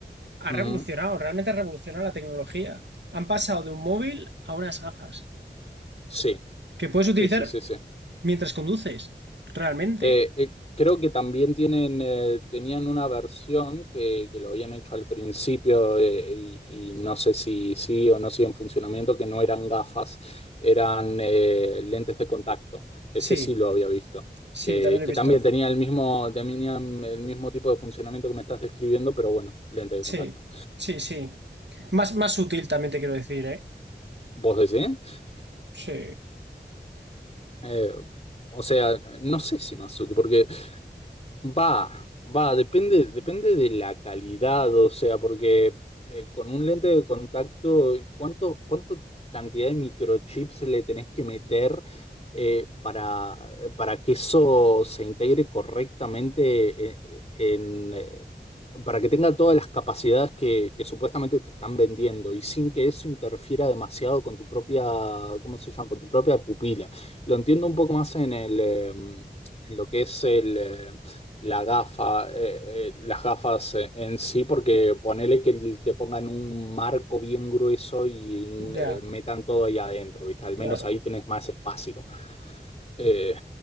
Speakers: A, on the right; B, on the left.
A: ha
B: Ujú.
A: revolucionado, realmente ha revolucionado la tecnología. Han pasado de un móvil a unas gafas
B: Sí,
A: que puedes utilizar
B: sí, sí, sí, sí.
A: mientras conduces, realmente.
B: Eh, eh, creo que también tienen, eh, tenían una versión que, que lo habían hecho al principio eh, y, y no sé si sí o no sigue en funcionamiento, que no eran gafas, eran eh, lentes de contacto. Ese
A: Sí,
B: sí lo había visto.
A: sí,
B: Que,
A: también lo he
B: que
A: visto.
B: también tenía el mismo, tenían el mismo tipo de funcionamiento que me estás describiendo, pero bueno, lente de
A: Sí,
B: contacto.
A: sí, sí. Más, más útil también te quiero decir, ¿eh?
B: ¿Vos decís?
A: Sí,
B: Eh, o sea, no sé si más útil, porque Va, va, depende, depende de la calidad, o sea, porque eh, con un lente de contacto, ¿cuánto, cuánto cantidad de microchips le tenés que meter eh, para, para que eso se integre correctamente eh, eh, en, eh, para que tenga todas las capacidades que, que supuestamente te están vendiendo y sin que eso interfiera demasiado con tu propia, ¿cómo se llama? Con tu propia pupila. Lo entiendo un poco más en el, eh, en lo que es el... em, la gafa, eh, eh, las gafas eh, en sí, porque ponele que el- te pongan un marco bien grueso y mm,
A: ya,
B: eh, metan todo ahí adentro, ¿viste? Al
A: claro.
B: menos ahí tenés más espacio. Eh,